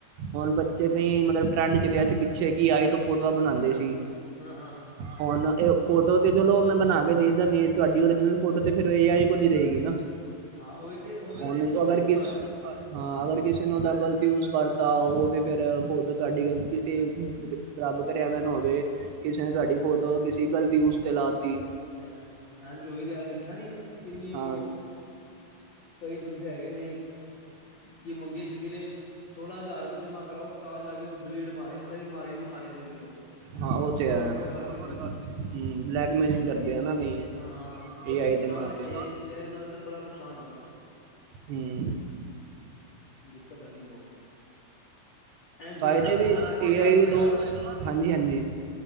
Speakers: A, on the right; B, on the left.
A: ਹੁਣ ਬੱਚੇ ਕਈ ਮਤਲਬ ਟਰੈਂਡ ਚਲਿਆ ਸੀ ਪਿੱਛੇ ਕਿ ਆਈ ਤੋਂ ਫੋਟੋਆਂ ਬਣਾਉਂਦੇ ਸੀ
B: ਹਾਂ ਹਾਂ,
A: ਹੁਣ ਇਹ ਫੋਟੋ ਤੇ ਚਲੋ ਮੈਂ ਬਣਾ ਕੇ ਦੇ ਦੇਣੀ ਆ ਤੁਹਾਡੀ ਓਰਜਨਲ ਫੋਟੋ ਤੇ ਫਿਰ ਏ ਆਈ ਕੋਲ ਹੀ ਰਹੇਗੀ ਨਾ।
B: ਹਾਂ, ਉਹੀ ਤੇ ਮਗਰ
A: ਹੁਣ
B: ਇਹ ਕੋਈ ਸਮਝ
A: ਅਗਰ
B: ਨਹੀਂ
A: ਕਿਸ
B: ਪਾ ਰਿਹਾ।
A: ਹਾਂ, ਅਗਰ ਕਿਸੇ ਨੇ ਉਹਦਾ ਗ਼ਲਤ ਯੂਜ ਕਰਤਾ ਉਹ
B: ਹਮ
A: ਤੇ ਫੇਰ ਫੋਟੋ ਤੁਹਾਡੀ ਗਲਤੀ ਸੀ ਰੱਬ ਕਰਕੇ ਐਵੇਂ ਨਾ ਹੋਵੇ। ਕਿਸੇ ਨੇ ਤੁਹਾਡੀ ਫੋਟੋ ਕਿਸੇ ਗਲਤ ਯੂਜ ਤੇ ਲਾ ਤੀ।
B: ਯਾਰ ਐ ਜੋਈ ਰਿਹਾ ਦੇਖਿਆ, ਨੀ ਕਿੰਨੀ ਉਹ
A: ਹਾਂ
B: ਕਈ ਬੰਦੇ ਹੈਗੇ ਨੇ, ਕਿ ਮੰਗੀ ਕਿਸੇ ਨੇ ਸੋਲਾਂ ਹਜ਼ਾਰ ਰੁਪਏ ਜਮਾ ਕਰਾਓ, ਤਾਂ ਜਾ ਕੇ ਉਹ ਡਿਲੀਟ ਮਾਰੀ ਹੈ, ਪਤਾ ਵੀ ਮਾਰੀ ਨੀ ਮਾਰੀ ਅਜੇ ਵੀ ਉਹ
A: ਹਾਂ ਉਹ ਤੇ
B: ਫੋਰਵਰਡ
A: ਹੈ,
B: ਕਰਤੀ
A: ਬਲੈਕਮੇਲਿੰਗ
B: ਸੀ
A: ਕਰਦੇ ਆ ਨਾ ਕਈ।
B: ਹਾਂ ਹਾਂ, ਬੜੇ
A: ਏ ਆਈ
B: ਨੁਕਸਾਨ
A: ਦੇ ਨਾਂ ਤੇ
B: ਏ ਆਈ ਨਾਲ ਤਾਂ ਬੜਾ ਨੁਕਸਾਨ ਹੋ ਗਿਆ ਹੋਣਾ।
A: ਹੂੰ,
B: ਦਿੱਕਤ ਆ ਗਈ ਬਹੁਤ। ਐ ਜਿਨਾਂ
A: ਫਾਇਦੇ
B: ਦਾ
A: ਵੀ
B: ਫੋਨ ਪੈਂਤੀ ਹਜ਼ਾਰ
A: ਏ ਆਈ
B: ਤੋਂ ਹੈਗਾ
A: ਦੋ
B: ਨਾ
A: ਹਾਂਜੀ ਹਾਂਜੀ।